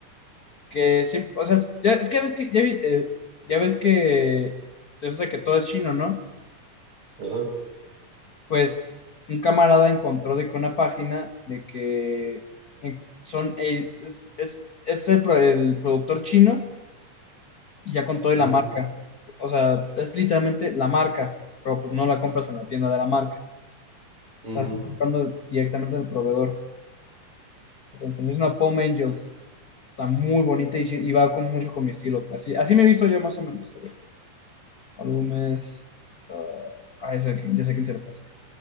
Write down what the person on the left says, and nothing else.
que sí, o sea, ya, es que ya ves que, ya, vi- eh, ya ves que, resulta que todo es chino, ¿no?
pues un camarada encontró de que una página de que en- son el- es, es- es el, pro- el productor chino y ya con toda la
marca. O sea, es literalmente la marca, pero pues no la compras en la tienda de la marca.
O sea, estás comprando directamente del proveedor. Te enseño, es una Palm Angels. Está muy bonita y, sí- y va con mucho con mi estilo. Así, así me he visto yo más o menos. A ver, álbumes. ah, ah, ese aquí, ya sé quién se lo pasa.